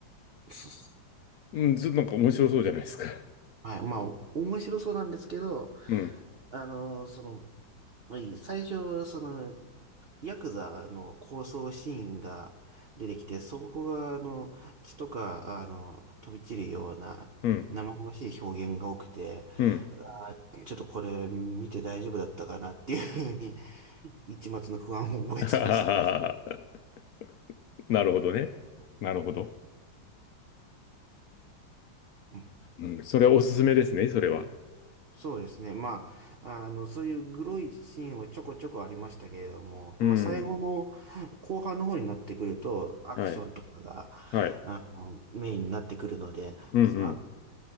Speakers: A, on the right; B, on the left.
A: そ
B: うん。ずっとなんか面白そうじゃないですか。
A: はい。まあ、面白そうなんですけど、
B: うん。
A: あの、その、まあいい最初、その、ヤクザの抗争シーンが出てきて、そこが、あの、血とか、あの、飛び散るような、
B: うん。
A: 生々しい表現が多くて、
B: うん。
A: あー、ちょっとこれ見て大丈夫だったかなっていうふうに、一抹の不安を覚えたんです。
B: <laughs> あははははなるほどね。なるほど。
A: うん。うん
B: うん。それはおすすめですね、それは。
A: そうですね。まあ、あの、そういうグロいシーンはちょこちょこありましたけれども、
B: うん。
A: まあ、最後の後半の方になってくると、アクションとかが、
B: はい。はい。
A: あの、メインになってくるので、
B: うんうん。
A: そあの、